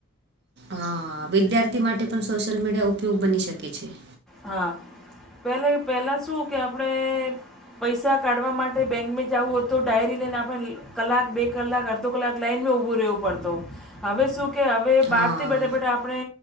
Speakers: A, on the right; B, in the centre.
A: હા વિદ્યાર્થી માટે પણ સોશિયલ મીડિયા ઉપયોગ બની શકે છે.
B: હા, પહેલે પહેલાં શું કે આપડે પૈસા કાઢવા માટે બેંક મે જવું હતું ડાયરી લઈને આપડે કલાક બે કલાક અડધો કલાક લાઈનમાં ઉભું રહેવું પડતો. હવે શું કે હવે બાર
A: હા
B: થી બેઠા બેઠા આપણે